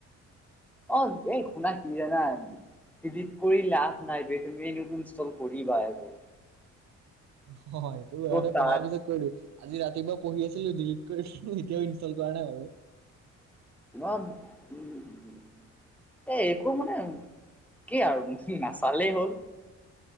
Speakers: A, in the centre; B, on the right.
A: অ এই শুনা কি জানা? ডিলিট কৰি লাভ নাই বে তুমি এনেও চোন ইনষ্টল কৰিবা আকৌ।
B: অ এইটো পঢ়াৰ
A: ত'
B: এনেই
A: তাত
B: পিছত কৰি দিওঁ। আজি ৰাতিপুৱা পঢ়ি আছিলো ডিলিট কৰি দিলো এতিয়াও ইনষ্টল কৰা নাই বাৰু।
A: <unintelligible> এ একো মানে কি আৰু নাচালেই হ'ল।